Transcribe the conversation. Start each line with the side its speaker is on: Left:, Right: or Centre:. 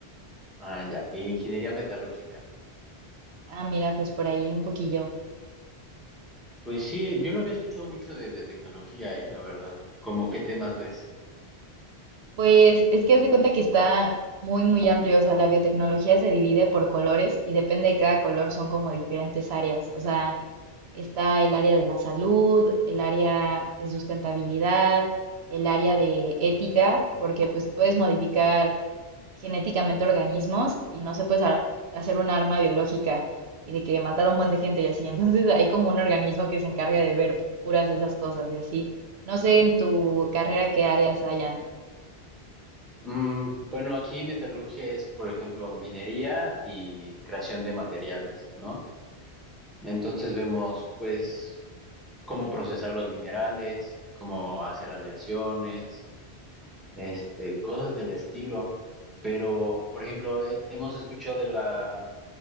Centre: Ah, ya. ¿Y ingeniería metalúrgica?
Right: Ah, mira, pues por ahí un poquillo.
Centre: Pues sí, yo no había escuchado mucho de biotecnología, ¿eh? La verdad. ¿Cómo qué temas ves?
Right: Pues es que haz de cuenta que está muy, muy amplio. O sea, la biotecnología se divide por colores y depende de cada color son como diferentes áreas. O sea, Está el área de la salud, el área de sustentabilidad, el área de ética, porque pues puedes modificar genéticamente organismos y no se puede ha- hacer un arma biológica y de que matar a un buen de gente y así. <laughs> Entonces hay como un organismo que se encarga de ver puras esas cosas y así. No sé en tu carrera qué áreas hayan.
Centre: Mm, bueno, aquí metalurgia es, por ejemplo, minería y creación de materiales, ¿no? Entonces vemos, pues, cómo procesar los minerales, cómo hacer aleaciones, este, cosas del estilo. Pero, por ejemplo, he- hemos escuchado de la